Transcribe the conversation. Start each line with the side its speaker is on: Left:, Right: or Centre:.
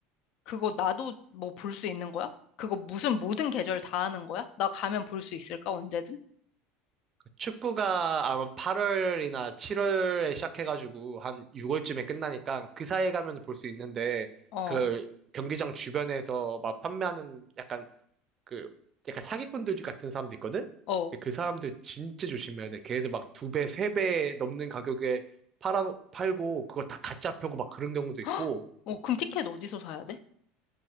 Left: 그거 나도 뭐 볼 수 있는 거야? 그거 무슨 모든 계절 다 하는 거야? 나 가면 볼 수 있을까? 언제든?
Right: 그 축구가 아마 8월이나 7월에 시작해가지고 한 6월쯤에 끝나니까 그 사이에 가면 볼 수 있는데
Left: 어,
Right: 그 경기장 주변에서 막 판매하는 약간 그 약간 사기꾼들 같은 사람도 있거든?
Left: 어.
Right: 근데 그 사람들 진짜 조심해야 돼. 걔네들 막 두 배, 세 배 넘는 가격에 팔아, 팔고 그걸 다 가짜 펴고 막 그런 경우도 있고
Left: <gasps> 헉! 어, 그럼 티켓 어디서 사야 돼?